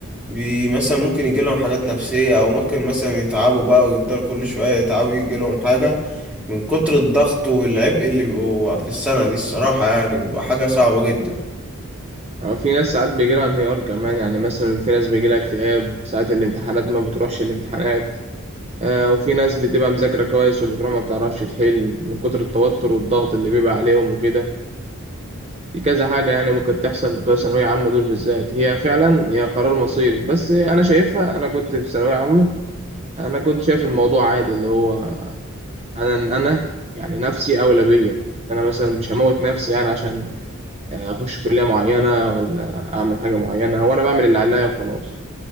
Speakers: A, in the centre; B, on the right.
A: بي مثلا ممكن يجي لهم حاجات نفسيه او ممكن مثلا يتعبوا بقى ويفضلوا كل شويه يتعبوا يجي لهم حاجه من كتر الضغط والعبء اللي بيبقوا في السنه دي الصراحه يعني بيبقى حاجه صعبه جدا
B: اه في ناس ساعات بيجي لها انهيار كمان يعني مثلا في ناس بيجي لها اكتئاب ساعة الامتحانات ما بتروحش الامتحانات آه وفي ناس بتبقى مذاكرة كويس وبتروح ما بتعرفش تحل من كتر التوتر والضغط اللي بيبقى عليهم وكده في كذا حاجة يعني ممكن تحصل بتوع ثانوية عامة دول بالذات هي فعلا هي قرار مصيري بس أنا شايفها أنا كنت في ثانوية عامة أنا كنت شايف الموضوع عادي اللي هو أنا أنا يعني نفسي أولى بيا أنا مثلا مش هموت نفسي يعني عشان آه، اخش كليه معينه ولا اعمل حاجه معينه وانا بعمل اللي عليا وخلاص